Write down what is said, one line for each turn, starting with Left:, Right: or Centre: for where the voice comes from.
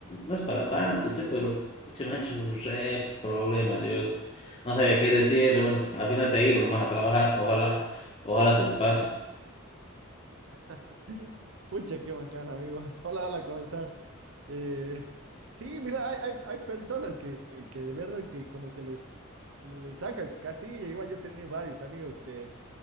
Left: no es para tanto, che, pero, pucha, me ha hecho re problema. Yo no sabía qué decirle, bueno, al final se ha ido nomás a trabajar, ojalá, ojalá se le pase.
Right: <laughs> Pucha, qué bacán, amigo. Hola, hola, ¿cómo estás? Eh, sí, mira, hay, hay, hay personas que, que que de verdad que como que les, les sacas casi, igual yo he tenido varios amigos que,